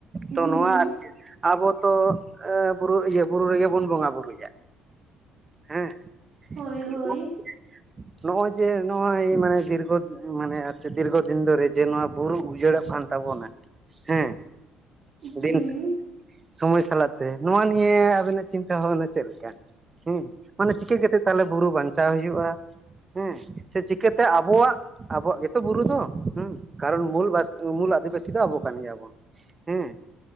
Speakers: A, on the right; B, on the right.
A: ᱛᱚ
B: ᱦᱩᱸ
A: ᱱᱚᱣᱟ ᱟᱨᱠᱤ ᱟᱵᱚ ᱛᱚ ᱵᱩᱨᱩ ᱤᱭᱟᱹ ᱵᱩᱨᱩ ᱨᱮᱜᱮ ᱵᱚᱱ ᱵᱚᱸᱜᱟ ᱵᱩᱨᱩᱭᱟ ᱦᱮᱸ <unintelligible>
B: ᱦᱳᱭ ᱦᱳᱭ
A: ᱱᱚᱜᱼᱚᱭ ᱡᱮ ᱱᱚᱜᱼᱚᱭ ᱢᱟᱱᱮ ᱫᱤᱨᱜᱚ ᱢᱟᱱᱮ ᱫᱤᱨᱜᱚ ᱫᱤᱱ ᱫᱚ ᱡᱮ ᱱᱚᱣᱟ ᱵᱩᱨᱩ ᱩᱡᱟᱹᱲᱚᱜ ᱠᱟᱱ ᱛᱟᱵᱚᱱᱟ ᱦᱮᱸ
B: ᱦᱩᱸ
A: ᱫᱤᱱ ᱥᱚᱢᱚᱭ ᱥᱟᱞᱟᱜ ᱱᱚᱣᱟ ᱱᱤᱭᱟᱹ ᱟᱵᱮᱱᱟᱜ ᱪᱤᱱᱛᱟᱹ ᱵᱷᱟᱵᱱᱟ ᱪᱮᱫ ᱞᱮᱠᱟ ᱦᱩᱸ ᱢᱟᱱᱮ ᱪᱤᱠᱟᱹ ᱠᱟᱛᱮᱜ ᱛᱟᱦᱚᱞᱮ ᱵᱩᱨᱩ ᱵᱟᱧᱪᱟᱣ ᱦᱩᱭᱩᱜᱼᱟ ᱦᱮᱸ ᱥᱮ ᱪᱤᱠᱟᱹ ᱛᱮ ᱟᱵᱚᱣᱟᱜ ᱟᱵᱚᱣᱟᱜ ᱜᱮᱛᱚ ᱵᱩᱨᱩ ᱫᱚ ᱦᱩᱸ ᱠᱟᱨᱚᱱ ᱢᱩ ᱢᱩᱞ ᱟᱹᱫᱤᱵᱟᱹᱥᱤ ᱫᱚ ᱟᱵᱚ ᱠᱟᱱ ᱜᱮᱭᱟ ᱵᱚᱱ ᱦᱮᱸ